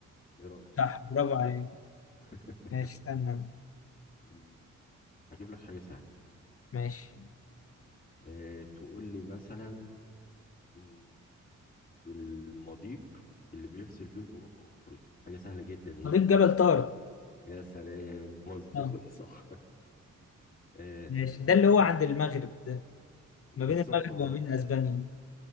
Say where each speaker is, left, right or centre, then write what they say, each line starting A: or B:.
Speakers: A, on the left; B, on the left.
A: ايه رأيك
B: صح برافو عليك
A: <laughs>
B: ماشي استنى
A: مم، هجيب لك حاجة سهلة
B: ماشي
A: آه، تقول لي مثلا مم. المضيق اللي بيفصل بين اوروبا وافريقيا حاجه سهله جدا اهي
B: مضيق جبل طارق
A: يا سلام مظبوط
B: اه
A: <laughs> صح آه
B: ماشي ده اللي هو عند المغرب ده
A: بالظبط
B: ما بين المغرب
A: اه
B: وما بين اسبانيا